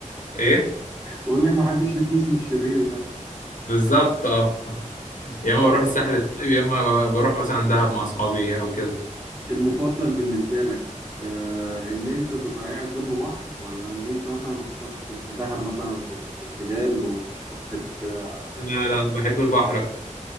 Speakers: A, on the left; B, on the right.
A: ايه
B: بقول لك ما حدش ليه فلوس للشرير ده
A: بالظبط اه يا اما
B: طب
A: بروح الساحل الطيب يا اما بروح مثلا دهب مع اصحابي او كده
B: المفضل بالنسبة لك آه ان انت تبقى قاعد جنب بحر ولا ان انت مثلا تخش في دهب مثلا في في الجبال وتروح حتة كده
A: لا لا بحب البحر اكتر